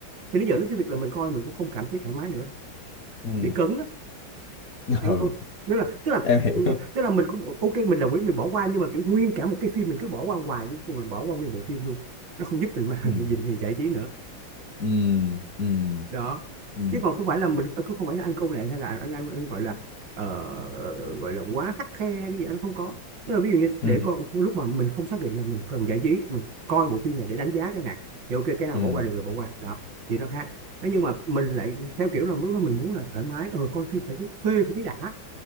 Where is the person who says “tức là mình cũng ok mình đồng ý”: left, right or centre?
Right